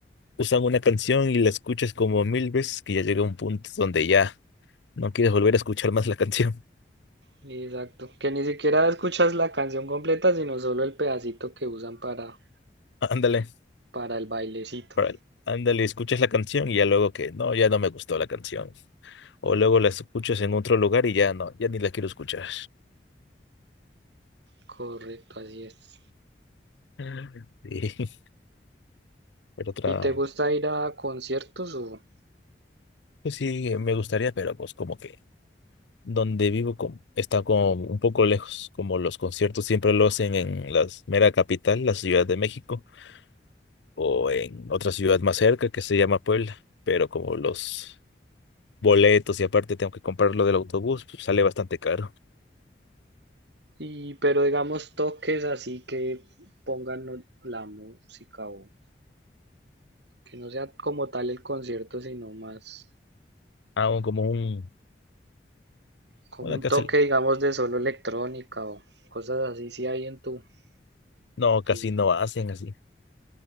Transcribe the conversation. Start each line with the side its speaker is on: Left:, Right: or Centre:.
Left: usan una canción y la escuchas como mil veces que ya llega un punto donde ya no quieres volver a escuchar más la canción.
Right: Exacto. Que ni siquiera escuchas la canción completa, sino solo el pedacito que usan para,
Left: <laughs> Ándale,
Right: para el bailecito.
Left: para- ándale, escuchas la canción y ya luego que, no, ya no me gustó la canción. O luego la escuchas en otro lugar y ya no, ya ni la quiero escuchar.
Right: Correcto, así es.
Left: Mm. Sí, <laughs> pero otra,
Right: ¿Y te gusta ir a conciertos o...?
Left: pues sí, me gustaría, pero pues como que Donde vivo con- está como un poco lejos, como los conciertos siempre lo hacen en la mera capital, la Ciudad de México, o en otra ciudad más cerca que se llama Puebla, pero como los boletos y aparte tengo que comprarlo del autobús, pues sale bastante caro.
Right: Y, pero digamos toques así que pongan no- la música o que no sea como tal el concierto, sino más
Left: Hago como un,
Right: como
Left: una
Right: un
Left: casi,
Right: toque, digamos, de solo electrónica o cosas así, si hay en tu,
Left: no,
Right: en tu...
Left: casi no hacen así.